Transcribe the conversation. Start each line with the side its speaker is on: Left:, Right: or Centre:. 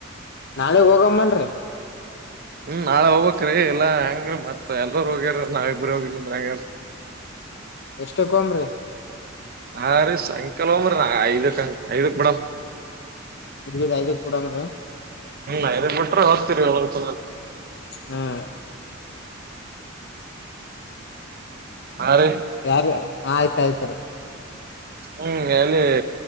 Left: ನಾಳೆಗ್ ಹೋಗಮ್ಮಲ್ರಿ
Right: ಹ್ಮ್ ನಾಳೆ ಹೋಗ್ಕ್್ರೀ ಇಲ್ಲಾ ಹೆಂಗ್ರೀ ಮತ್ ಎಲ್ ಹೋಗ್ಯಾರ ನಾವ್ ಇಬ್ಬರು ಹೋಗಿಿಲ್ಲಂದ್ರ ಹೆಂಗ್ಯ
Left: ಎಷ್ಟಕ್ ಹೋಗಮ್ರಿ
Right: ಹ ರೀ ಸಂಾಯಕಾಲ್ರ ಐದು ಐದು ಪಡ
Left: ಇ ಐದ ಕೊೂಡನ್ ರೀ
Right: ಹ್ಮ್ ಇದನ್ ಬಿಟ್ರೆ ಹೋಗ್ತೀರಿ ಒಸ
Left: ಹ್ಮ್
Right: ಹಾ ರೀ
Left: ಯಾರು ಆಯ್ತು ಾಯತಾರೆ
Right: ಹ್ಮ್ ಅಲ್ಲಿ